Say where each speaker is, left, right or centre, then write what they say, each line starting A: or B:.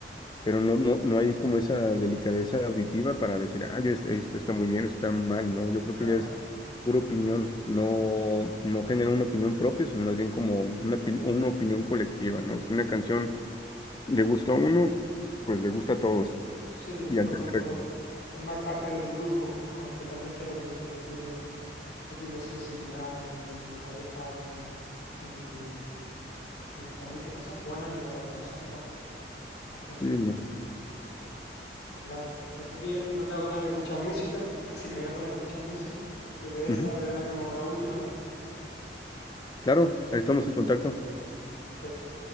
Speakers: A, on the left; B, on the left.
A: pero no, no, no hay como esa delicadeza auditiva para decir, ah, yo es- esto está muy bien, esto está mal, ¿no? Yo creo
B: Claro,
A: que ya es pura opinión, no, no genera una opinión propia, sino más bien como una, opi- una opinión colectiva, ¿no? Si una canción le gusta a uno, pues le gusta a todos.
B: sí,
A: Y
B: por
A: antes
B: como
A: era
B: por
A: como,
B: formar parte de un grupo, ¿no? Aunque realmente lo que dice no tiene, no tiene sensibilidad, ni delicadeza, ni, ni, ni transmite cosas buenas, ni habla de cosas buenas. Bastante
A: sí,
B: interesante.
A: no.
B: Pues nada, me voy- me han dado ganas de escuchar música, así que me voy a poner a escuchar música, pero de esa
A: Ujú,
B: de la que hemos hablado última no.
A: Claro, ahí estamos en contacto.
B: Perfecto.